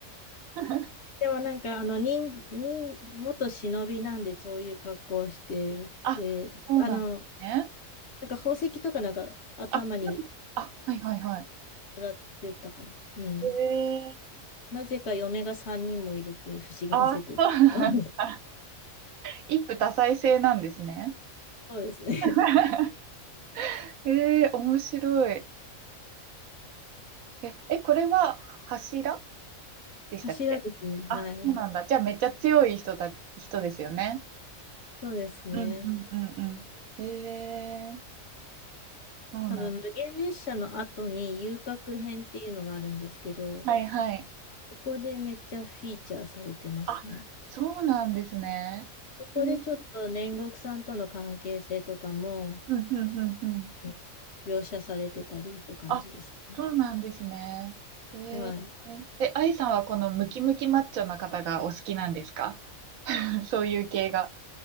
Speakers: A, on the right; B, on the left.
A: <laughs>
B: でもなんか、あの、忍、忍、元忍びなんで、そういう格好をしてるって、
A: あ、そうなんですね。
B: あの、なんか宝石とかなんか頭に
A: あ、あ、はいはいはい。
B: 当たってたかな。うん。
A: ええ
B: なぜか嫁が3人もいるっていう不思議な設定。
A: あ、そうなんだ。
B: <laughs>
A: 一夫多妻制なんですね。
B: そうですね。
A: <laughs> ええ面白い。え、え、これは柱でしたっけあ、
B: 柱ですね。はい。
A: そうなんだ。じゃあめっちゃ強い人だ、人ですよね。
B: そうですね。
A: うんうんうんうん。ええそうなん。
B: 多分、無限列車の後に遊郭編っていうのがあるんですけど、
A: はいはい。
B: そこでめっちゃフィーチャーされてますね。
A: あ、そうなんですね。
B: そこでちょっと煉獄さんとの関係性とかも、
A: えー、うんうんうんうん。
B: うん描写されてたりって感じですね。
A: あ、そうなんですね。えー、
B: はい。
A: え、愛さんはこのムキムキマッチョな方がお好きなんですか <laughs> そういう系が。